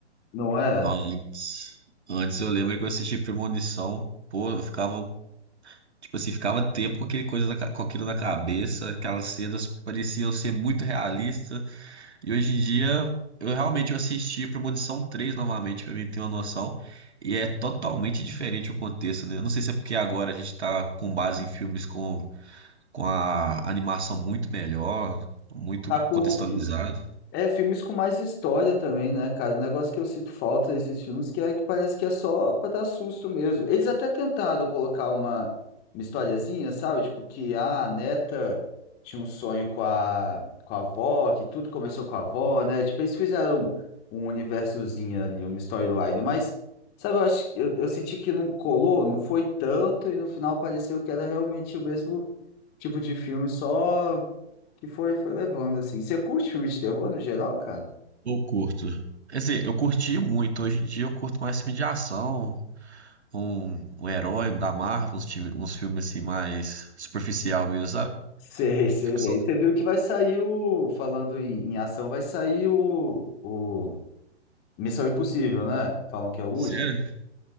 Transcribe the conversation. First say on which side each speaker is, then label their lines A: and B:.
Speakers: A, on the left; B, on the right.
A: não é?
B: Não, antes, antes eu lembro que eu assisti Premonição, pô, eu ficava, tipo assim, ficava tempo com aquele coisa da ca- com aquilo na cabeça, aquelas cenas pareciam ser muito realistas. E hoje em dia, eu realmente eu assisti a Premonição três novamente, pra mim ter uma noção. E é totalmente diferente o contexto, né? Eu não sei se é porque agora a gente tá com base em filmes com, com a animação muito melhor, muito
A: Tá com
B: contextualizado.
A: É, filmes com mais história também, né, cara? O negócio que eu sinto falta desses filmes que é que parece que é só pra dar susto mesmo. Eles até tentaram colocar uma, uma historiazinha, sabe? Tipo que ah, a neta tinha um sonho com a, com a avó, que tudo começou com a avó, né? Tipo, eles fizeram um, um universozinho ali, uma storyline, mas, sabe, eu acho, eu, eu senti que não colou, não foi tanto, e no final pareceu que era realmente o mesmo tipo de filme, só que foi, foi levando, assim. Você curte filme de terror no geral, cara?
B: Eu curto. Quer dizer, eu curti muito. Hoje em dia eu curto mais filme de ação, um, um herói da Marvel, uns, time- uns filmes assim mais superficial mesmo, sabe?
A: Sei, sei
B: Ação.
A: bem. Você viu que vai sair o. Falando em, em ação, vai sair o, o Missão Impossível, né? Falam que é o último.
B: Sério?